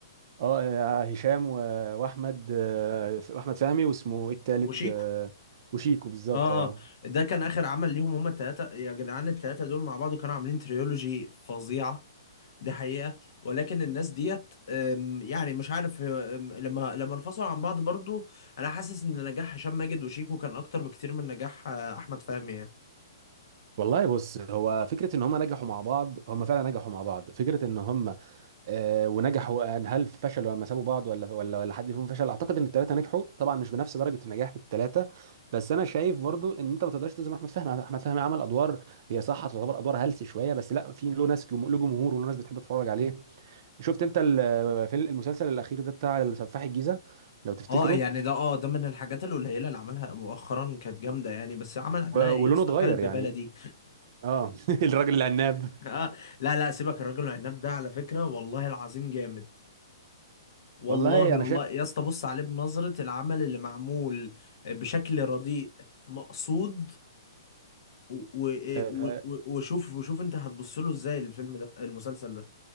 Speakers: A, on the right; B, on the left.
A: اه يا هشام و... واحمد آه، واحمد فهمي واسمه ايه التالت
B: وشيكو
A: آه، وشيكو بالظبط
B: اه
A: اه
B: اه ده كان اخر عمل ليهم هما الثلاثه يا جدعان الثلاثه دول مع بعض كانوا عاملين تريولوجي فظيعه دي حقيقة ولكن الناس ديت أم، يعني مش عارف أم، لما لما انفصلوا عن بعض برضو انا حاسس ان نجاح هشام ماجد وشيكو كان اكتر بكتير من نجاح آه، احمد فهمي يعني
A: والله بص هو فكره ان هم نجحوا مع بعض فهم فعلا نجحوا مع بعض فكره ان هم آه، ونجحوا يعني هل فشلوا لما سابوا بعض ولا ولا ولا حد فيهم فشل اعتقد ان الثلاثه نجحوا طبعا مش بنفس درجه النجاح في الثلاثه بس انا شايف برضو ان انت ما تقدرش تظلم احمد فهمي احمد فهمي عمل ادوار هي صح تعتبر ادوار هلس شويه بس لا في له ناس جم- له جمهور وله ناس بتحب تتفرج عليه شفت انت ال- في المسلسل الاخير ده بتاع سفاح الجيزه لو تفتكره
B: اه يعني ده اه ده من الحاجات القليلة اللي عملها مؤخرا كانت جامدة يعني بس عمل قبلها
A: و- ولونه
B: ايه يا اسطى
A: اتغير
B: كلب
A: يعني
B: بلدي
A: اه <laughs> الراجل العناب
B: <laughs> اه لا لا سيبك الراجل العناب ده على فكرة والله العظيم جامد
A: <laughs>
B: والله
A: والله انا
B: والله يا اسطى بص عليه بنظرة العمل اللي معمول بشكل رديء مقصود و- و- إيه،
A: شايف
B: و- وشوف وشوف انت هتبص له ازاي الفيلم ده المسلسل ده